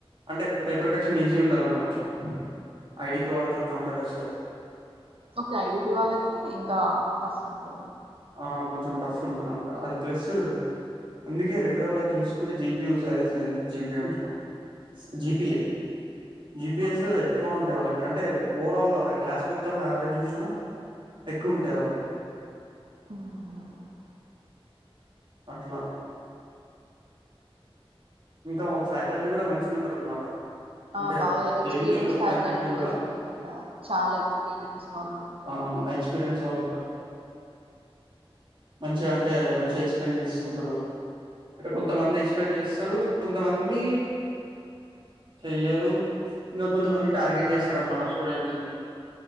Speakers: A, on the right (about 55°); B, on the right (about 70°).
A: అంటే పేపర్ కరెక్షన్ షన్ ఈజీ ఉండదంట కొంచెం ఐడిపీ వాళ్ళతోటి కంపేర్ చేస్తే
B: ఓకే ఐడిపి వాళ్ళకి ఇంకా టఫ్ ఉంటదా
A: ఆ కొంచెం టఫ్ ఉంటదంట అది ప్లస్ అందుకే రెగ్యుర్ వాళ చూసుకుంటే జీపీ జీపీ ఉంటాం జీపీఏ జిబిఎస్
B: ఓకే
A: ఎక్కువ ఉంటాయి వాళ్ళకి అంటే ఓవరాల్ క్లాస్ మొత్తం యావరేజ్ చూ ఎక్కువ ఉంటాయి వాళ్ళకి
B: ఉమ్
A: అట్లా ఇంకా ఒక ఫ్యాకల్టీ కూడా మంచిగా ఉంటారు అనమాట అంటే
B: ఆ బాగా ఎక్స్పీరియన్స్
A: జేఎన్టీయులో
B: ఫ్యాకల్టీ
A: కూడా
B: అట్లు ఉంటర్ కాద చాలా ఎక్స్పీరియన్స్ వాళ్ళు ఉంటారు
A: అవును ఎక్స్పీరియన్స్ వాళ్ళు ఉంటారు మంచిగా అంటే మంచిగా ఎక్స్ప్లెయిన్ చేస్తుంటారు అంటే కొంతమంది ఎక్స్ప్లెయిన్ చేస్తారు కొంతమంది చెయ్యరు ఇంకా కొంతమంది టార్గెట్ చేస్తారనమాట స్టూడెంట్స్ ని